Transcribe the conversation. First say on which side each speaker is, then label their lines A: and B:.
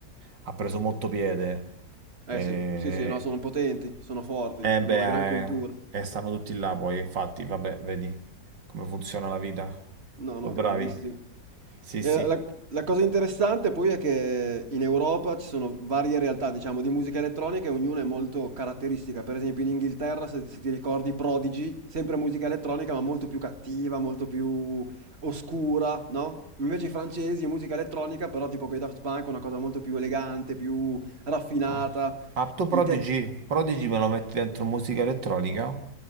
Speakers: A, on the right; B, on the right.
A: ha preso molto piede.
B: eh
A: Eh,
B: sì, sì sì, no, sono potenti, sono forti,
A: eh,
B: hanno
A: beh,
B: una gran cultura.
A: eh, eh, stanno tutti là poi, infatti, vabbè, vedi come funziona la vita.
B: No, no,
A: Sono
B: grandissimi.
A: bravi. Sì,
B: Eh,
A: sì.
B: La, la cosa interessante poi è che in Europa ci sono varie realtà, diciamo, di musica elettronica e ognuna è molto caratteristica. Per esempio in Inghilterra, se, se ti ricordi, Prodigy, sempre musica elettronica, ma molto più cattiva, molto più oscura, no? Invece i francesi, musica elettronica, però tipo con i Daft Punk, una cosa molto più elegante, più raffinata.
A: Oh. Ah, tu Prodigy,
B: I te-
A: Prodigy me lo metti dentro musica elettronica?